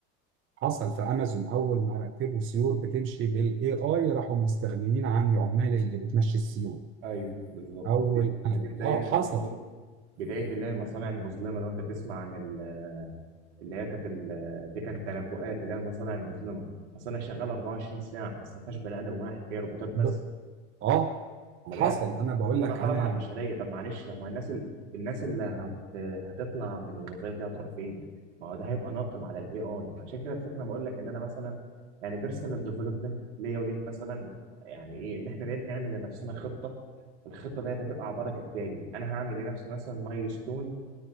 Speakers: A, on the right; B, on the right.
A: حصل في امازون اول ما رتبوا سيور بتمشي بالاي اي راحوا مستغنيين عن العمال اللي بتمشي السيور
B: أيوه بالظبط
A: اول
B: ما دي ما دي بداية
A: اه حصل
B: العصور بداية اللي هي المصانع المظلمة لو أنت تسمع عن ال- اللي هي كانت ال- دي كانت تنبؤات اللي هي المصانع المظلمة مصانع شغالة 24 ساعة بس ما فيهاش بني آدم واحد هي روبوتات بس
A: ب... اه
B: طب ما
A: حصل
B: ده
A: انا بقول
B: طب ما
A: لك
B: ده غلط
A: انا
B: على البشريه طب معلش هو الناس ال... الناس اللي هت... هتطلع من الوظائف دي هتروح فين؟ ما هو ده هيبقى ناقم على الاي اي عشان كده الفكره انا بقول لك ان انا مثلا يعني بيرسونال ديفلوبمنت ليا وليك مثلا يعني ايه ان احنا نعمل لنفسنا خطه الخطه ديت هتبقى عباره كالتالي انا هعمل لنفسي مثلا مايلستون